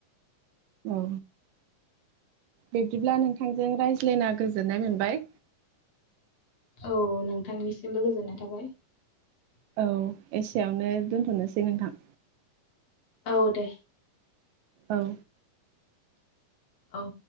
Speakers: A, on the right (about 80°); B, on the left (about 50°).
A: औ बिब्दिब्ला नोंथांजों रायज्लायना गोजोननाय मोनबाय
B: औ नोंथांनिसिमबो गोजोननाय थाबाय
A: औ एसेवनो दोनथ'नोसै नोंथां
B: औ दे
A: औ
B: औ